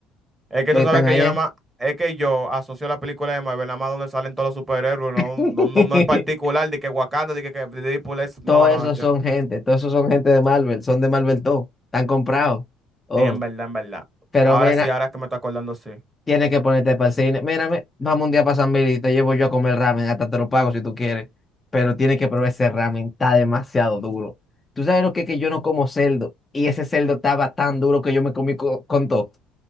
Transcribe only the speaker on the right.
es que
tú
sabes que
yo
nada más, es que yo asocio la película de Marvel nada más donde salen todos los superhéroes, no,
no, no, no en particular, de que Wakanda, de que, que Deadpool es, no,
no,
yo,
sí, en verdad, en verdad.
Ahora
sí, ahora es que me estoy acordando, sí.